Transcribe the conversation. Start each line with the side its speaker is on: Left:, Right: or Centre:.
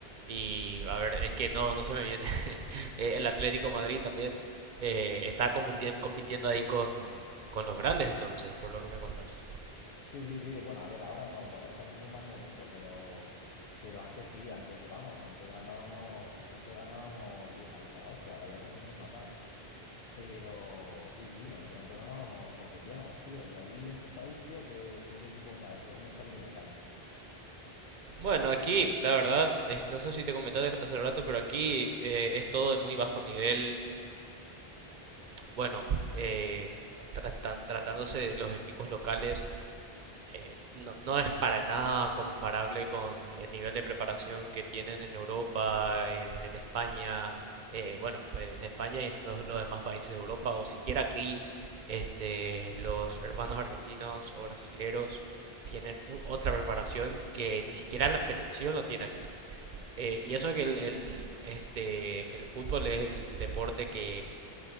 Right: y a ver, es que no, no se me viene, <laughs> eh, el Atlético Madrid también eh, está computi- compitiendo ahí con, con los grandes entonces, por lo que me contás.
Left: Sí, sí, sí. Bueno, a ver, ahora no, ahora estamos en un mal momento, pero, pero antes sí, antes vamos, antes ganábamos, antes ganábamos ligas y toda la hostia, ahora ya somos unos matados. Pero sí, sí, nosotros antes ganábamos, competíamos, tío. Y allí en tu país, tío, ¿qué, qué, qué equipos hay? ¿Qué, cómo está el nivel allí?
Right: Bueno, aquí la verdad, es- no sé si te comenté hace rato, pero aquí eh, es todo de muy bajo nivel. Bueno, eh, tratan- tratándose de los equipos locales, eh, no, no es para nada comparable con el nivel de preparación que tienen en Europa, en, en España, eh, bueno, eh, en España y en los, los demás países de Europa, o siquiera aquí, este, los hermanos argentinos o brasileros tienen u- otra preparación que ni siquiera la selección lo tiene aquí. Eh, y eso que el, el, este, el fútbol es el deporte que